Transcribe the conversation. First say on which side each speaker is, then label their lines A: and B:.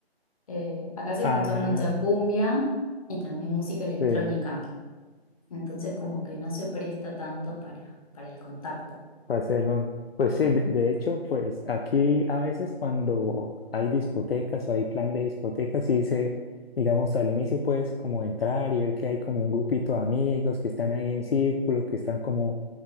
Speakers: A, on the left; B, on the left.
A: Eh, acá se
B: Ah,
A: escucha mucha cumbia y también música electrónica,
B: sí.
A: entonces como que no se presta tanto para, para el contacto.
B: para hacerlo, Pues sí, de, de hecho, pues aquí a veces cuando hay discotecas o hay plan de discotecas, sí se, digamos, al inicio puedes como entrar y ver que hay como un grupito de amigos que están ahí en círculo, que están como